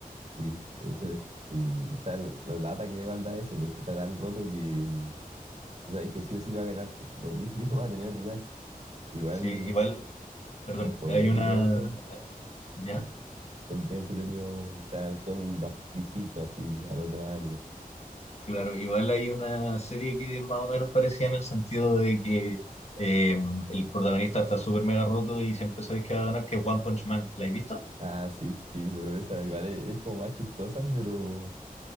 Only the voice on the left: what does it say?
Sí, igual, perdón,
hay una...
¿Ya?
Claro, igual hay una serie que es más o menos parecía en el sentido de que eh, el protagonista está súper mega roto y siempre sabes que va a ganar, que es One Punch Man. ¿La has visto?